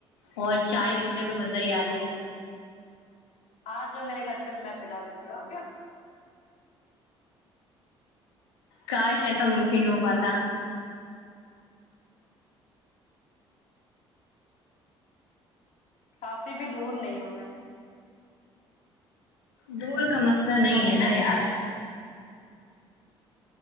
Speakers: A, on the left; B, on the left.
A: اور چائے ہو جائے تو مزہ ہی آ جائے
B: آج میرے گھر پہ میں پلا دیتی ہوں
A: کاش ایسا ممکن ہو پاتا
B: کافی بھی دور نہیں ہوں میں
A: دھول کا مثلا
B: ہمارے
A: نہیں ہے نا
B: گھر
A: یار
B: سے